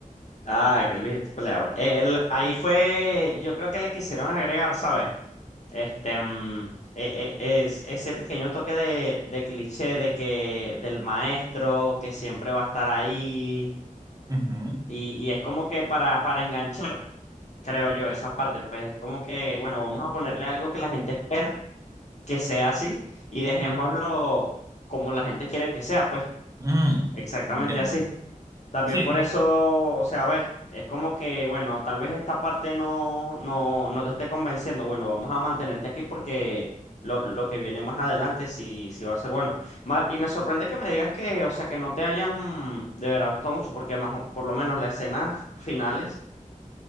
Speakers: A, on the left (about 55°); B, on the right (about 25°).
A: Ah, que el viejito peleaba. Eh, el- ahí fue, yo creo que le quisieron agregar, ¿sabes? Este, mm, e- e- es, ese pequeño toque de, de cliché de que del maestro que siempre va a estar ahí
B: Ujú.
A: y, y es como que para, para enganchar, creo yo, esa parte, pues es como que, bueno, vamos a ponerle algo que la gente espera que sea así y dejémoslo como la gente quiere que sea, pues
B: Mm,
A: exactamente
B: entiendo.
A: así. También
B: Sí,
A: por eso, o sea, ves, es como que, bueno, tal vez esta parte no, no, no te esté convenciendo. Bueno, vamos a mantenerte aquí porque lo, lo que viene más adelante sí, sí va a ser bueno. Ma- y me sorprende que me digas que, o sea, que no te hayan de verdad gustado mucho, porque más, o- por lo menos las escenas finales,